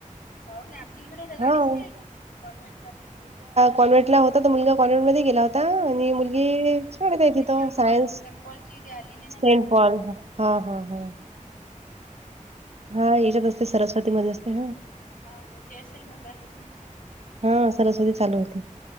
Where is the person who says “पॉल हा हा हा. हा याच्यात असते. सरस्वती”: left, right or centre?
Right